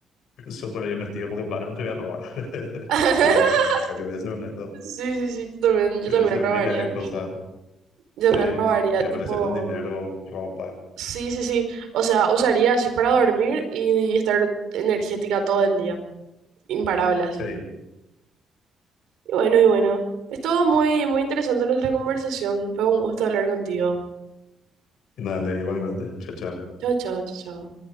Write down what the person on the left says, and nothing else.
súper bien vestido porque probablemente voy a robar. <laughs>
O sea, no, que voy a ser honesto.
Voy
a hacer
miles de cosas. Sí,
voy
a
aparecer con dinero, ropa.
Sí,
y nada, igualmente. Chao, chao.